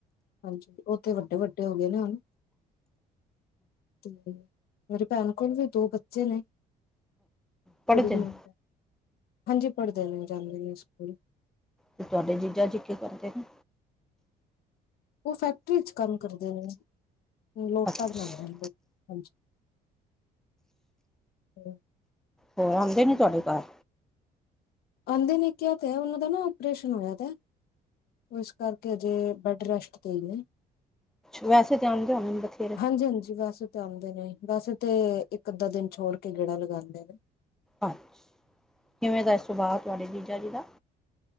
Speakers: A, on the left; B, in the centre.
A: ਹਾਂਜੀ, ਓ ਤੇ ਵੱਡੇ-ਵੱਡੇ ਹੋ ਗਏ ਨੇ ਹੁਨ। ਤੇ ਮੇਰੀ ਭੈਣ ਕੋਲ ਵੀ ਦੋ ਬੱਚੇ ਨੇ,
B: ਪੜ੍ਹਦੇ
A: ਕੁੜੀ ਤੇ ਮੁੰਡਾ।
B: ਨੇ
A: ਹਾਂਜੀ ਪੜ੍ਹਦੇ ਨੇ ਜਾਂਦੇ ਨੇ ਸਕੂਲ।
B: ਤੇ ਤੁਆਡੇ ਜੀਜਾ ਜੀ ਕੀ ਕਰਦੇ ਨੇ?
A: ਓ ਫੈਕਟਰੀ ਚ ਕੰਮ ਕਰਦੇ ਨੇ, ਲੋਟਾ
B: ਅੱਛਾ
A: ਬਣਾਦੇ ਨੇ ਹਾਂਜੀ। ਹੂੰ
B: ਓ ਆਉਂਦੇ ਨਈ ਤੁਆਡੇ ਘਾਰ?
A: ਆਂਦੇ ਨੇ ਕੇਆ ਤਾ ਹੈ, ਓਨਾਂ ਦਾ ਨਾ ਓਪਰੇਸ਼ਨ ਹੋਏਆ ਦਾ। ਓ ਇਸ ਕਰਕੇ ਅਜੇ, ਬੈਡ ਰੈਸਟ ਤੇ ਈ ਨੇ।
B: ਵੈਸੇ ਤੇ ਆਂਦੇ ਹੁਣੇ ਬਥੇਰਾ?
A: ਹਾਂਜੀ-ਹਾਂਜੀ ਵੈਸੇ ਤੇ ਆਂਦੇ ਨੇ, ਵੈਸ ਤੇ ਇੱਕ ਅੱਧਾ- ਦਿਨ ਛੋੜ ਕੇ ਗੇੜਾ ਲਗਾਂਦੇ ਨੇ।
B: ਅੱਛਾ, ਕਿਵੇਂ ਦਾ ਐ ਸੁਭਾ ਤੁਆਡੇ ਜੀਜਾ ਜੀ ਦਾ?